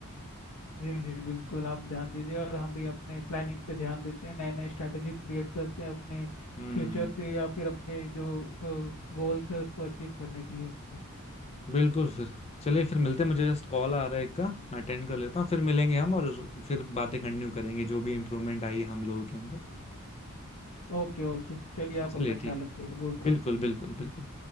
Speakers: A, on the left; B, on the left.
A: जी जी बिल्कुल आप ध्यान दीजिए और हम भी अपने प्लानिंग्स पे ध्यान देते हैं नए नए स्ट्रैटेजीज क्रिएट करते हैं अपने
B: हम्म
A: फ्यूचर से या फिर अपने जो गोल्स है उसको अचीव करने के लिए
B: बिल्कुल फिर चलिए फिर मिलते हैं मुझे जस्ट कॉल आ रहा है एक का मैं अटेंड कर लेता हूँ फिर मिलेंगे हम और उस- फिर बातें कंटिन्यू करेंगे जो भी इम्प्रूवमेंट आई है हम लोगों के अंदर
A: ओके ओके चलिए आप
B: चलिए
A: अपना
B: ठीक
A: ख्याल
B: है
A: रखिएगा गुड बाय
B: बिल्कुल बिल्कुल बिल्कुल